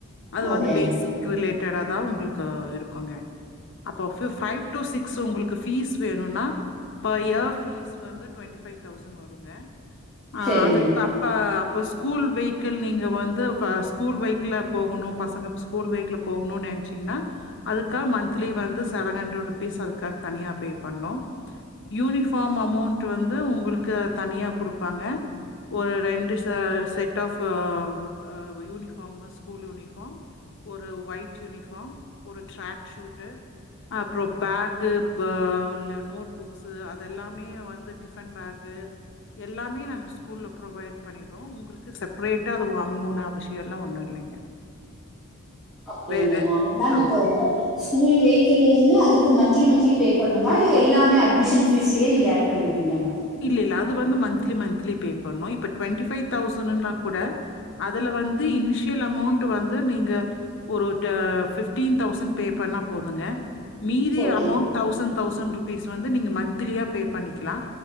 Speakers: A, on the left (about 60°); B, in the centre.
A: அது
B: ஓகேங்க
A: வந்து பேசிக் ரிலேட்டடாதா உங்ளுக்க இருக்குங்க அப்போ ஃபி ஃபைவ் டு சிக்ஸ் உங்ளுக்கு பீஸ் வேணுன்னா பெர் இயப் ஃபீஸ் வந்து ட்வெண்டி ஃபைவ் தௌசண்ட் வருங்க அ
B: சரிங்க
A: அதுக்கப் பா‌ அப்ப ஸ்கூல் வெஹிக்கிள் நீங்க வந்து ஃப ஸ்கூல் பைக்கிள போகணும் பசங்கச் போர்வேக்ல போகுனுன் நென்ச்சீங்கினா அதுக்கா மன்த்லி வந்து செவன் ஹண்ட்ரட் ருபீஸ் அதுக்காக தனியா பே பண்ணு யூனிஃப் ஃபார்ம் அமௌண்ட்டு வந்து உங்குளுக்கு தனியா குடுப்பாங்க ஒரு ரெண்டு செ செட் ஆஃப் அ அ யூனிஃபாம் ம ஸ்கூல் யுனிஃபாம் ஒரு ஒய்ட் யுனிஃபாம் ஒரு ட்ராக் ஷுட்டு அப்றோ பேகு ப இல்ல நோட் புக்ஸு அத் தெல்லாமே வந்து டிஃபன் பேகு எல்லாமே நாங்கச் ஸ்கூல்ல ப்ரொவைட் பண்ணிர்றோ உங்ளுக்கு செப்ரேட்டா அது வாங்ணுனு அவசியல்லா ஒன்னு இல்லைங்க
B: அப்டிங்ளா
A: வேற
B: மேம் மேம்
A: ஆமாங்க.
B: இப்போ ஸ்கூல் வெஹிக்கிள்ளுனு அதுக்கு மன்த்லி மன்த்லி பே பண்ணுமா இல்ல எல்லாமே அட்மிஷன் ஃபீஸ்லியே நீங்க ஆட் பண்ணிருவீங்ளா மேம்
A: இல்ல இல்ல அது வந்து மன்த்லி மனத்லி பே பண்ணு இப்ப ட்வெண்டி ஃபைவ் தௌசணுனாக் கூட அதுல வந்து இனிஷியல் அமௌண்ட்டு வந்து நீங்க ஒரு டெ ஃபிஃப்டீன் தௌசண்ட் பே பண்ணா போதுங்க மீதி
B: ஓகேங்க
A: அமௌண்ட் தௌசண்ட் தௌசண்ட் ருபீஸ் வந்து நீங்க மன்த்திலியா பே பண்ணிக்கிலா